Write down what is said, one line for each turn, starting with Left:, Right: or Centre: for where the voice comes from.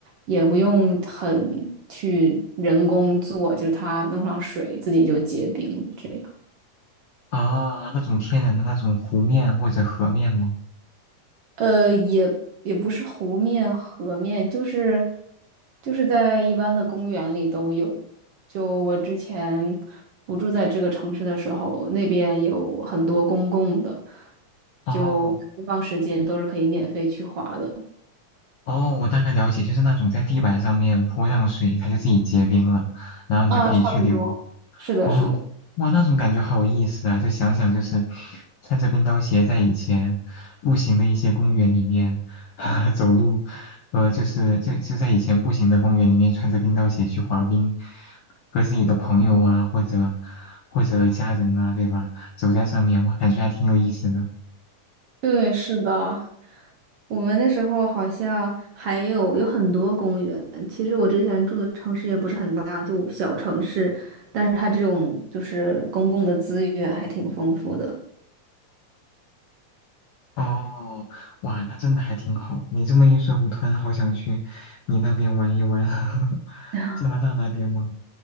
Right: 也不用很去人工做，就是它弄上水自己就结冰了这样。
Left: 啊，那种天然的那种湖面或者河面吗？
Right: 呃，也也不是湖面、河面，就是就是在一般的公园里都有。就我之前不住在这个城市的时候，那边有很多公共的，
Left: 哦
Right: 就开放时间都是可以免费去滑的。
Left: 哦，我大概了解，就是那种在地板上面泼上水，它就自己结冰了，然后你就可以去溜。
Right: 啊，差不多。是的，
Left: 哦，
Right: 是的，
Left: 哇，那种感觉好有意思啊！就想想，就是穿着冰刀鞋在以前步行的一些公园里面 <laughs> 走路，呃，就是就就在以前步行的公园里面穿着冰刀鞋去滑冰，和自己的朋友啊，或者或者家人啊，对吧？走在上面，哇，感觉还挺有意思的。
Right: 对，是的。我们那时候好像还有有很多公园。其实我之前住的城市也不是很大，就小城市，但是它这种就是公共的资源还挺丰富的。
Left: 哦，哇，那真的还挺好。你这么一说，我突然好想去你那边玩一玩，<laughs>
Right: <laughs>
Left: 加拿大那边吗？